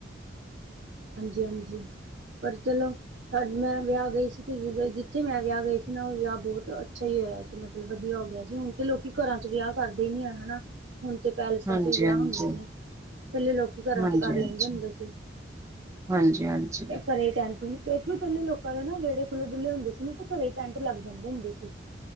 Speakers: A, on the right; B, on the right.
A: ਹਾਂਜੀ-ਹਾਂਜੀ ਪਰ ਚਲੋ। ਸਾਡ ਮੈਂ ਵਿਆ ਗਈ ਸੀ ਤੇ ਜ ਜਿੱਥੇ ਮੈਂ ਵਿਆ ਗਈ ਸੀ ਨਾ ਓਹ ਵਿਆ ਬੋਤ ਅੱਛਾ ਈ ਹੋਇਆ ਸੀ। ਮਤਲਬ ਵਧੀਆ ਹੋ ਗਿਆ ਸੀ ਹੁਣ ਤੇ ਲੋਕੀ ਘਰਾਂ' ਚ ਵਿਆ ਕਰਦੇ ਈ ਨੀ ਹੈ ਹੈਨਾ। ਹੁਣ ਤੇ ਪੈਲੇਸਾਂ
B: ਹਾਂਜੀ
A: ਚ ਈ ਵਿਆ
B: ਹਾਂਜੀ
A: ਹੁੰਦੇ ਨੇ ਪੈਲੇ ਲੋਕੀ ਘਰਾਂ
B: ਹਾਂਜੀ
A: ਚ ਕਰ ਲੈਂਦੇ
B: ਹਾਂਜੀ
A: ਹੁੰਦੇ ਸੀ।
B: ਹਾਂਜੀ ਹਾਂਜੀ।
A: ਇਹ ਘਰੇ ਟੈਂਟ ਨੇ ਤੇ ਕੀ ਪੈਲੇ ਲੋਕਾਂ ਦੇ ਨਾ ਵੇੜੇ ਖੁੱਲ੍ਹੇ-ਡੁੱਲੇ ਹੁੰਦੇ ਸੀ ਨਾ ਤੇ ਘਰੇ ਟੈਂਟ ਲੱਗ ਜਾਂਦੇ ਹੁੰਦੇ ਸੀ।